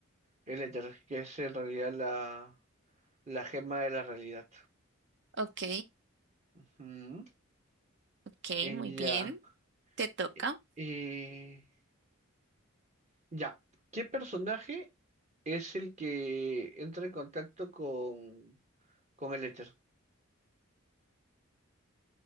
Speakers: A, on the right; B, on the right.
A: El éter, que es en realidad la, la gema de la realidad.
B: Ok,
A: Ujú.
B: ok,
A: Eh,
B: muy
A: ya.
B: bien, te toca.
A: Eh, eh, ya. ¿Qué personaje es el que entra en contacto con, con el éter?